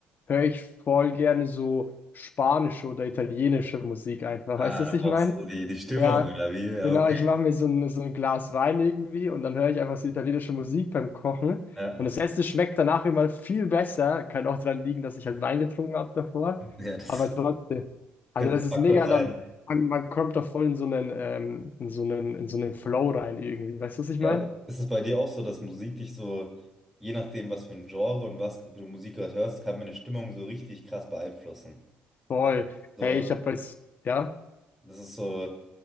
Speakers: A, on the left; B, in the centre.
A: höre ich voll gerne so spanische oder italienische Musik einfach.
B: Ah,
A: Weißt du, was
B: da brauchst
A: ich meine?
B: du die, die Stimmung
A: Ja,
B: oder wie? Ja,
A: genau,
B: okay.
A: ich mache mir so ein, so ein Glas Wein irgendwie und dann höre ich einfach so italienische Musik beim Kochen.
B: Ja,
A: Und das Essen schmeckt danach immer viel besser. Kann auch daran liegen, dass ich halt Wein getrunken habe davor.
B: ja, das
A: Aber trotzdem. Also
B: könnte
A: das
B: ein
A: ist
B: Faktor
A: mega
B: sein.
A: dann, man, man kommt da voll in so einen, ähm, in so einen, in so einen Flow rein irgendwie. Weißt du, was ich meine?
B: Ja, ist es bei dir auch so, dass Musik dich so, je nachdem, was für ein Genre und was für Musik du gerade hörst, kann mir eine Stimmung so richtig krass beeinflussen?
A: Voll.
B: Also, so,
A: Hey, ich habe jetzt, ja.
B: Das ist so,